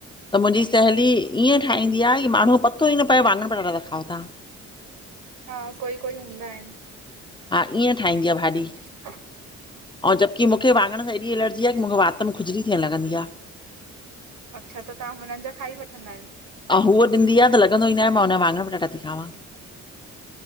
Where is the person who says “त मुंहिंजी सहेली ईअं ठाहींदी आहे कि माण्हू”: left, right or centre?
Left